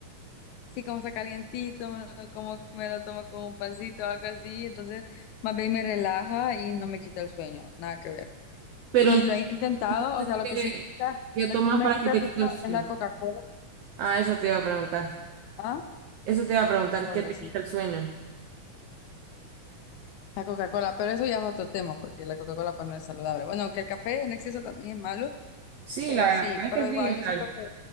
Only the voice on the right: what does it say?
Pero
entonces,
¿qué,
qué
tomas
para
que te
quite el sueño?
Ah, eso te iba a preguntar.
Eso te iba a preguntar,
¿qué te
quita el sueño?
Sí,
la verdad
es
que
sí, o sea,